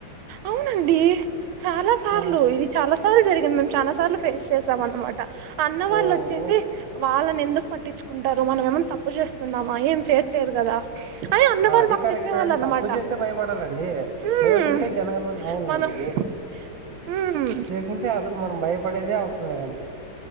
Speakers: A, on the right; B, on the right.
A: అవునండి చాలా సార్లు
B: ఆ
A: ఇది చాలా సార్లు జరిగిం చానా సార్లు ఫేస్ చేసాం అనమాట అన్నవాళ్ళు
B: ఓ
A: వచ్చేసి
B: ఓ,
A: వాళ్ళ నేందుకు పట్టించుకుంటారు మనం ఏమన్నా తప్పు చేస్ తున్నామ్మా ఏం చెయ్యట్లేదు కదా అని అన్న వాళ్ళు
B: అది
A: మాకు
B: కరెక్టే
A: చెప్పేవాళ్ళు అన్నమాట
B: తప్పు చేస్తే భయపడాలండి
A: హ్మ్,
B: లేకుంటే జనగణమన అవునులేండి
A: మనం
B: ఎ
A: హ్మ్
B: బెకుంటే అసలు మనం భయపడేదే అవసరం లేదండి